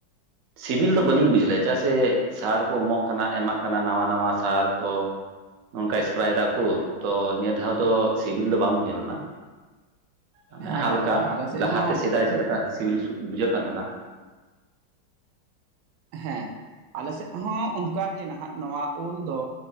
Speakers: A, on the right (about 60°); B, on the right (about 85°).
A: ᱥᱤᱵᱤᱞ ᱫᱚ ᱵᱟᱹᱞᱤᱧ ᱵᱩᱡᱷ ᱞᱮᱫᱼᱟ ᱪᱮᱫᱟᱜ ᱥᱮ, ᱥᱟᱨ ᱠᱚ ᱮᱢᱚᱜ ᱠᱟᱱᱟ ᱮᱢᱟᱜ ᱠᱟᱱᱟ ᱱᱟᱣᱟ ᱱᱟᱣᱟ ᱥᱟᱨ ᱛᱚ ᱱᱚᱝᱠᱟ ᱮᱥᱯᱨᱟᱭ ᱫᱟᱠᱚ ᱛᱚ, ᱱᱤᱭᱟᱹ ᱫᱷᱟᱣ ᱫᱚ ᱥᱤᱵᱤᱞ ᱫᱚ ᱵᱟᱝ ᱵᱩᱡᱷᱟᱹᱣ ᱞᱮᱱᱟ ᱾ ᱟᱱᱮ
B: ᱦᱮᱸ
A: ᱦᱟᱞᱠᱟ
B: ᱜᱚᱝᱠᱮ ᱟᱞᱮ ᱥᱮᱫ
A: ᱞᱟᱦᱟᱛᱮ
B: ᱦᱚᱸ
A: ᱥᱮᱫᱟᱭ ᱪᱮᱫ ᱞᱮᱠᱟ ᱥᱤᱵᱤᱞ ᱵᱩᱡᱷᱟᱹᱜ ᱠᱟᱱ ᱛᱟᱦᱮᱱᱟ᱾
B: ᱦᱮᱸ, ᱟᱞᱮ ᱥᱮᱫ ᱦᱚᱸ ᱚᱱᱠᱟᱜᱮ ᱱᱟᱦᱟᱜ ᱱᱚᱣᱟ ᱩᱞ ᱫᱚ,